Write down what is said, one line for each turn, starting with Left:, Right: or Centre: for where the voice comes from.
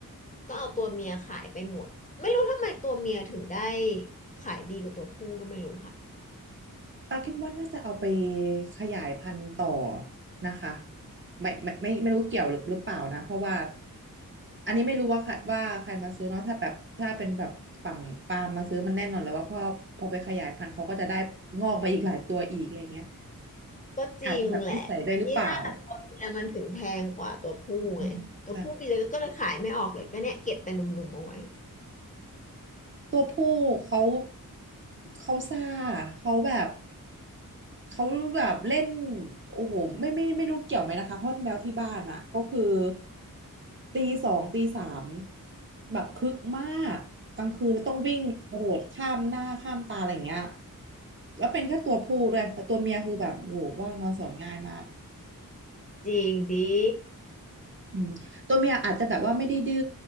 Left: ก็เอาตัวเมียขายไปหมดไม่รู้ทำไมตัวเมียถึงได้ขายดีกว่าตัวผู้ก็ไม่รู้ค่ะ
Right: ปาคิดว่าน่าจะเอาไปขยายพันธุ์ต่อนะคะไม่ไม่ไม่ไม่รู้เกี่ยวหรือหรือเปล่านะเพราะว่าอันนี้ไม่รู้ว่าใครว่าใครมาซื้อเนาะถ้าแบบถ้าเป็นแบบฝั่งปาล์มมาซื้อมันแน่นอนแล้วว่าพอพอไปขยายพันธุ์เขาก็จะได้งอกไปอีกหลายตัวอีกอะไรเงี้ย
Left: ก็จริงแหละ
Right: อาจจะแบบนิสัยด้วยหรือเปล่า
Left: นี่น่าตัวเมียมันถึงแพงกว่าตัวผู้ไงตัวผู้ดีเลยก็เลยขายไม่ออกเลยก็เนี่ยเก็บแต่หนุ่มๆเอาไว้
Right: อืมใช่ ตัวผู้เขาเขาซ่าเขาแบบเขาแบบเล่นโอ้โหไม่ไม่ไม่รู้เกี่ยวไหมนะคะเพราะแมวที่บ้านอ่ะก็คือตีสองตีสามแบบคึกมากกลางคืนแล้วต้องวิ่งกระโดดข้ามหน้าข้ามตาอะไรอย่างเงี้ยแล้วเป็นแค่ตัวผู้ด้วยแต่ตัวเมียคือแบบโอ้โหว่านอนสอนง่ายมาก
Left: จริงดิ
Right: อืมตัวเมียอาจจะแบบว่าไม่ได้ดื้อ